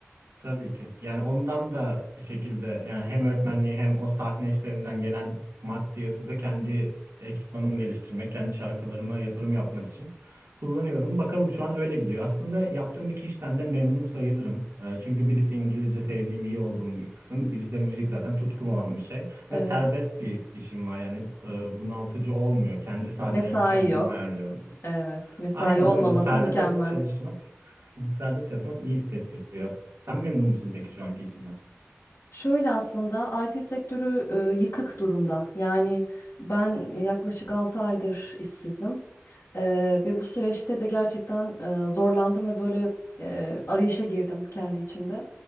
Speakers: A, on the right (about 70°); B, on the left (about 75°).
A: Tabii ki. Yani ondan da bir şekilde yani hem öğretmenliği hem o sahne işlerinden gelen maddiyatı da kendi ekipmanımı geliştirmek, kendi şarkılarıma yatırım yapmak için kullanıyorum. Bakalım şu an öyle gidiyor. Aslında yaptığım iki işten de memnun sayılırım. Ee, Çünkü birisi İngilizce sevdiğim, iyi olduğum bir kısım. Birisi de müzik zaten tutkum olan bir şey.
B: Evet.
A: Ve serbest bir işim var. Yani e, bunaltıcı olmuyor. Kendi saatlerimi
B: Mesai
A: kendim
B: yok.
A: ayarlıyorum.
B: Evet, mesai
A: Aynen
B: olmaması
A: öyle. O serbest
B: mükemmel.
A: çalışmak, <laughs> serbest çalışmak iyi hissettiriyor. Sen memnun musun peki şu anki işinden?
B: Şöyle aslında IT sektörü e, yıkık durumda. Yani ben e, yaklaşık 6 aydır işsizim. E, ve bu süreçte de gerçekten e, zorlandım ve böyle e, arayışa girdim kendi içimde.